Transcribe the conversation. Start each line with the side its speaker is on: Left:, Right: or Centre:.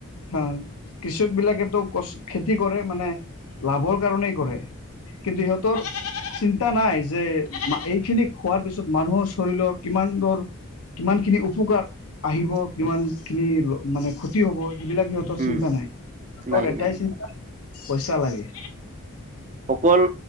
Left: হা কৃষক বিলাকেতো ক খেতি কৰে মানে লাভৰ কাৰনেেই কৰে। কিন্তু সিহঁতৰ চিন্তা নাই যে এইখিনি খোৱাৰ পিছত মানুহৰ শৰীৰৰ কিমান দৰ কিমান খিনি উপকাৰ আহিব কিমান খিনি মানে ক্ষতি হব। যিবিলাক সিহঁতৰ চিন্তা
Right: উম
Left: নাই সিহঁতৰ
Right: নাই
Left: এটাই
Right: নাই
Left: চিন্তা পইচা লাগে।
Right: অকল